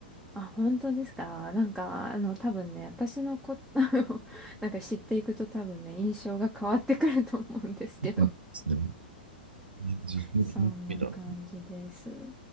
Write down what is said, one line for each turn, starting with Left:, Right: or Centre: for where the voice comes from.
Centre: あ、本当ですかなんか、あの、多分ね、私のこ、<laughs> あのなんか知っていくと多分ね、印象が変わってくると思うんですけど。
Right: そうですね。えーじゃあその楽しみだな。
Centre: そんな感じです。